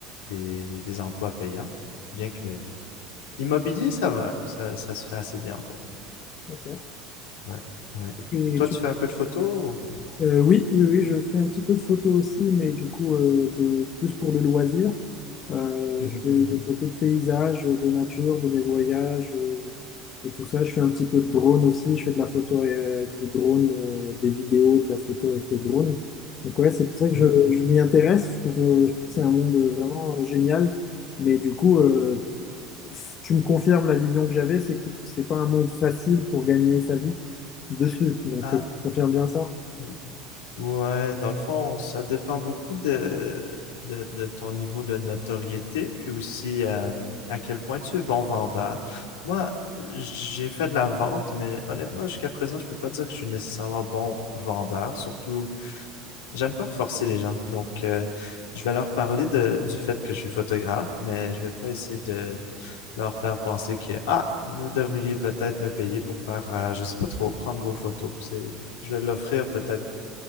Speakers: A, on the left; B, on the left.
A: des, des emplois payants. Bien que immobilier, ça va, ça, ça se fait assez bien en fait.
B: d'accord.
A: Ouais, ouais.
B: Et
A: Toi,
B: tu,
A: tu fais un peu de photos ou...
B: Euh, oui, oui, oui, je fais un petit peu de photos aussi, mais du coup, euh, de- plus pour le loisir. Euh,
A: Mhm,
B: je fais
A: mhm,
B: des photos de paysages, de nature, de mes voyages, euh, et tout ça. Je fais un petit peu de drone aussi. Je fais de la photo avec du drone, euh, des vidéos, de la photo avec le drone. Donc ouais, c'est pour ça que
A: mhm.
B: je, je m'y intéresse. Je trouve, euh, je trouve que c'est un monde vraiment euh, génial. Mais du coup, euh, tu me confirmes la vision que j'avais, c'est que c'est pas un monde facile pour gagner sa vie dessus. Donc,
A: Ah,
B: euh, tu confirmes bien ça?
A: ou- ouais, dans le fond, ça dépend beaucoup de, de, de ton niveau de notoriété, puis aussi euh, à quel point tu es bon vendeur. Moi, j'ai fait de la vente, mais honnêtement, jusqu'à présent, je peux pas dire que je suis nécessairement bon vendeur, surtout J'aime pas forcer les gens. Donc, euh, je vais leur parler de, du fait que je suis photographe, mais je vais pas essayer de leur faire penser que, ah, vous devriez peut-être me payer pour faire, euh, je sais pas trop, prendre vos photos. C'est, je vais l'offrir peut-être,